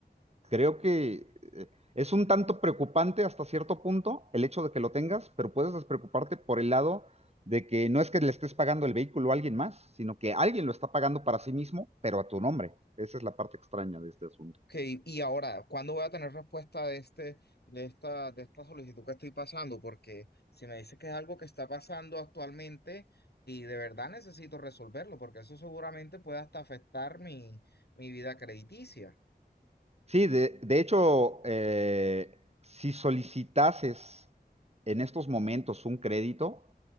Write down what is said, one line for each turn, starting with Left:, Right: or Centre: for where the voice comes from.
Right: creo que eh, es un tanto preocupante hasta cierto punto el hecho de que lo tengas, pero puedes despreocuparte por el lado de que no es que le estés pagando el vehículo a alguien más, sino que alguien lo está pagando para sí mismo, pero a tu nombre. Esa es la parte extraña de este asunto.
Left: Que, y ahora, ¿cuándo voy a tener respuesta de este, de esta, de esta solicitud que estoy pasando? Porque si me dice que es algo que está pasando actualmente y de verdad necesito resolverlo, porque eso seguramente puede hasta afectar mi, mi vida crediticia.
Right: Sí, de, de hecho, eh, si solicitases en estos momentos un crédito,